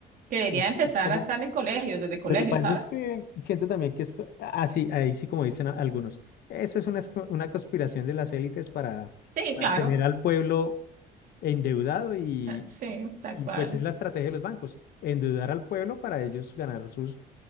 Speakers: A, on the right; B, on the left.
A: Que debería
B: que es
A: empezar
B: como,
A: a estar en colegios, desde colegios,
B: lo que pasa
A: ¿sabes?
B: es que siento también que es, co- ah, sí, ahí sí como dicen a- algunos, eso es una, es- una conspiración de las élites para
A: Sí,
B: mantener
A: claro,
B: al pueblo endeudado y
A: Ah, sí, tal
B: y
A: cual.
B: pues es la estrategia de los bancos, endeudar al pueblo para ellos ganar sus,